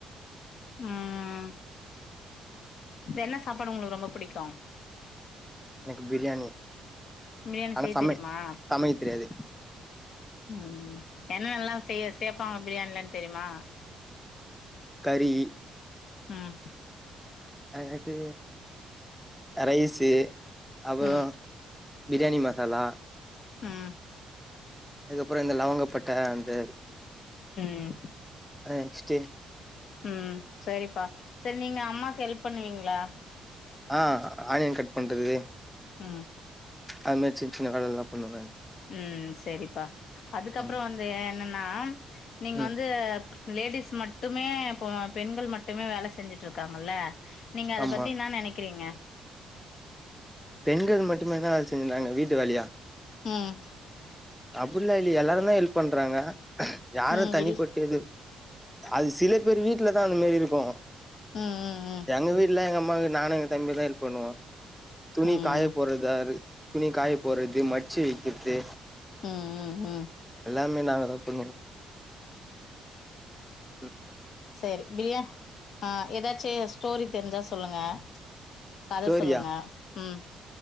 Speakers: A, on the left; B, in the centre.
A: ம் என்ன சாப்பாடு உங்களுக்கு ரொம்ப புடிக்கு?
B: எனக்கு பிரியாணி
A: பிரியாணி
B: ஆனா
A: செய்ய
B: சம
A: தெரியுமா
B: சமைக்க தெரியாது.
A: ம் என்னென்னல்லா செய்ய சேப்பாங்க பிரியாணிலனு தெரியுமா?
B: கறி
A: ம்
B: அடுத்து அ ரைஸு அப்பறோ
A: ம்
B: பிரியாணி மசாலா
A: ம்
B: அதுக்கப்பறோ இந்த லவங்கப்பட்ட அந்த
A: ம்
B: ஆ நெக்ஸ்ட்டு
A: ம் சரிப்பா சரி நீங்க அம்மாக்கு ஹெல்ப் பண்ணுவீங்களா?
B: ஆ ஆனியன் கட் பண்றது
A: ம்
B: அது மாரி சின்ன சின்ன வேல எல்லா பண்ணுவே.
A: ம் சரிப்பா. அதுக்கப்றோ
B: ம்
A: வந்து என்னென் னா நீங்க
B: ம்
A: வந்து லேடிஸ் மட்டுமே இப்போ ஆ பெண்கள் மட்டுமே வேலை செஞ்சுட்ருக் காங்கல்ல நீங்க அத
B: ஆமா
A: பத்தி என்னா நெனைக்கிறீங்க?
B: பெண்கள் மட்டுமேனா எது செய்றாங்க வீட்டு வேலையா?
A: ம்
B: அப்டில்லா இல்லயே எல்லாருந்தா ஹெல்ப் பண்றாங்க. யாரு
A: ம்
B: தனிப்பட்டு
A: இல்
B: இது அது சில பேர் வீட்லதா அந்த மாரி இருக்கு.
A: ம் ம்
B: எங்க வீட்ல எங்க அம் மாக்கு நானு என் தம்பிதா ஹெல்ப் பண்ணுவோ. துணி
A: ம் ம்
B: காய போட்றது அது துணி காய போட்றது மட்ச்சு வை க்கிறது
A: ம் ம் ஹும்
B: எல்லாமே நாங்க தா பண்ணுவோ ம்
A: செரி பிரியா ஆ எதாச்சு ஸ்டோரி தெருஞ்சா சொல்லுங்க கத
B: ஸ்டோரியா
A: சொல்லுங்க ம்